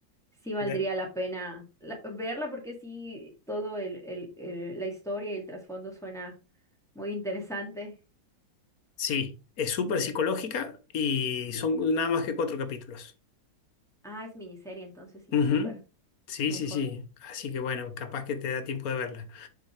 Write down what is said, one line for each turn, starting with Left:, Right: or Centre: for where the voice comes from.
Centre: sí valdría
Left: De-
Centre: la pena la- verla porque sí, todo el, el, el- la historia y el trasfondo suena muy interesante.
Left: Sí, es súper psicológica y son nada más que cuatro capítulos.
Centre: Ah, es miniserie, entonces sí,
Left: Ujú.
Centre: súper
Left: Sí,
Centre: mejor.
Left: sí, sí. Así que bueno, capaz que te da tiempo de verla.